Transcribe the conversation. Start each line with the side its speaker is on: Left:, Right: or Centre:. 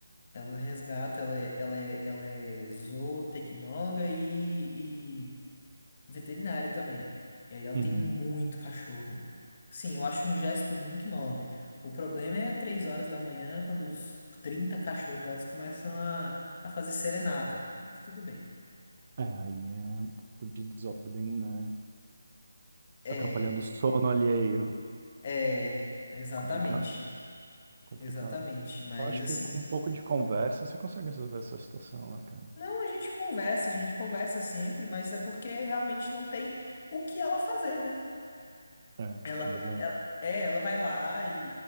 Left: Ela resgata, ela é, ela é, ela é zootecnóloga e, veterinária também. E aí ela
Right: uhum.
Left: tem muito cachorro. Sim, eu acho um gesto muito nobre. O problema é três horas da manhã, quando os 30 cachorros delas começam a, a fazer serenata. Mas tudo bem.
Right: É, aí é um pouco de desordem, né?
Left: É,
Right: Atrapalhando o sono alheio.
Left: é, exatamente.
Right: Complicado, complicado.
Left: Exatamente. Mas
Right: Eu acho
Left: assim.
Right: que com um pouco de conversa você consegue resolver essa situação, né, cara?
Left: Não, a gente conversa, a gente conversa sempre, mas é porque realmente não tem o que ela fazer, né?
Right: É, é
Left: Ela,
Right: verdade.
Left: ela, é, ela vai lá e,